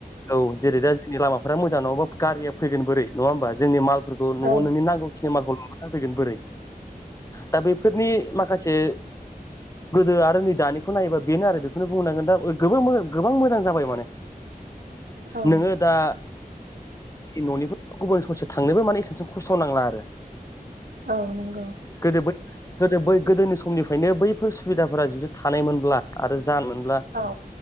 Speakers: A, on the left; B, on the right.
A: औ जेरै दा जोंनि लामा फोरा मोजां नङाबा गारिया फैगोन बोरै नङा होमबा जोंनि मलफोरखौ
B: औ
A: नआव नोंनि नांगौखिनि मालखौ माबाना होफैगोन बोरै दा बेफोरनि माखासे गोदो आरो नै दानि खौ नायोबा बेनो आरो बेखौनो बुंनोनांगोन दा ओह गोबो मो गोबां मोजां जाबाय माने।
B: औ
A: नोङो दा। ननिफ्राय गुबुन ससे थांनोबो माने एसांसो खस्थ नांला आरो।
B: औ नोंगौ।
A: गोदो बै गोदो बै गोदोनि समनिफ्रायनो बैफोर सुबिदाफोरा जुदि थानायमोनब्ला आरो जानानै
B: औ।